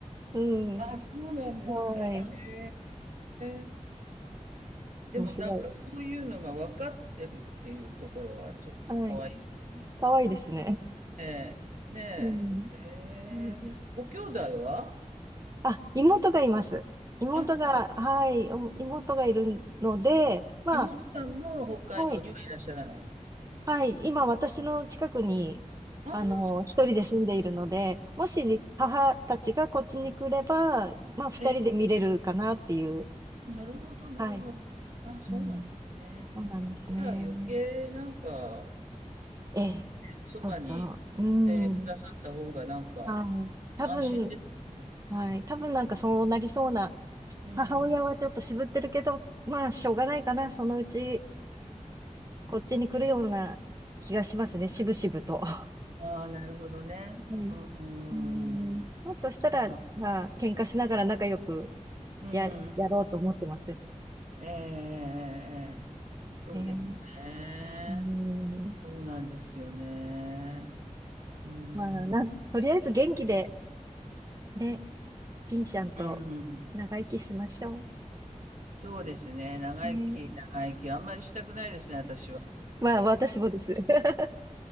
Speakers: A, on the right; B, on the right.
A: うん。
B: あ、そうなんですか。
A: はい。
B: へえ。でもなんかそういうのが分かってるっていうところはちょっと可愛いですね。
A: 面白い。はい。可愛いですね。
B: ええ、ねえ。
A: うん。
B: へ
A: うん
B: え。ご兄弟は
A: あ、妹がいます。妹が、
B: あ、
A: はい、お妹がいるので、まあ、
B: 妹さんも北海道にはいらっしゃらないの。
A: はい、はい、今私の近くに、
B: ああ、
A: あの、
B: そうなんですね。
A: 一人で住んでいるので、もし母たちがこっちに来れば、まあ二人で見れるかなっていう。
B: ええ。ええ。なるほどなるほど。
A: はい。
B: あ、そうなんですね。
A: うん、そうなんですね。
B: じゃあ余計なんか、
A: ええ。
B: そばに
A: そうそう。う
B: いてくださった方がなんか
A: ん。はい。多分、
B: 安心ですよね。
A: はい。多分なんかそうなりそうな。
B: うん。
A: 母親はちょっと渋ってるけど、まあしょうがないかな。そのうちこっちに来るような気がしますね。渋々と。<laughs> は
B: ああ、なるほどね。うんうんうん
A: いうん。まあ、そしたら、
B: うん。まあ、
A: まあ、喧嘩しながら仲良く
B: うん、
A: や、
B: うん、
A: やろうと思ってます。
B: ええええええそうですね。
A: えー、うん。
B: そうなんですよね。うん。
A: まあ、なん、とりあえず元気で、ね、ピンシャンと長生きしましょ
B: うん。そうですね。長生き、
A: う。ね。
B: 長生き、あんまりしたくないですね、私は。
A: まあ、私もです。<laughs>